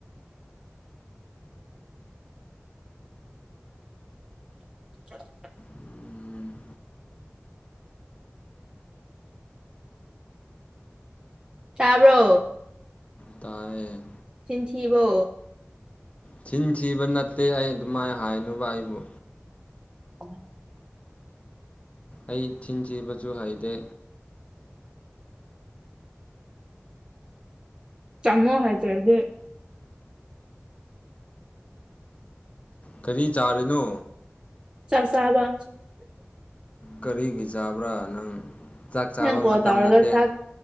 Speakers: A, on the right (about 20°); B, on the left (about 30°).
A: <unintelligible>
B: ꯎꯝ
A: ꯇꯥꯕ꯭ꯔꯣ
B: ꯇꯌꯦ
A: ꯆꯤꯟꯊꯤꯕꯣ
B: ꯆꯤꯟ ꯊꯤꯕ ꯅꯠꯇꯦ ꯑꯩ ꯑꯗꯨꯃꯥꯏꯅ ꯍꯥꯏꯅꯨꯕ ꯑꯩꯕꯨ
A: <inaudible>
B: ꯑꯩ ꯆꯤꯟ ꯊꯤꯕꯁꯨ ꯍꯩꯗꯦ
A: ꯆꯪꯃꯣ ꯍꯥꯏꯁꯦꯗꯤ
B: ꯀꯔꯤ ꯆꯥꯔꯤꯅꯣ
A: ꯆꯥꯛ ꯆꯥꯕꯥ
B: ꯀꯔꯤꯒꯤ ꯆꯥꯕ꯭ꯔꯥ ꯅꯪ ꯆꯥꯛ ꯆꯥꯕ
A: ꯅꯪ ꯀꯣꯜ
B: ꯃꯇꯝ
A: ꯇꯧꯔꯒ
B: ꯅꯠꯇꯦ
A: ꯆꯥꯛ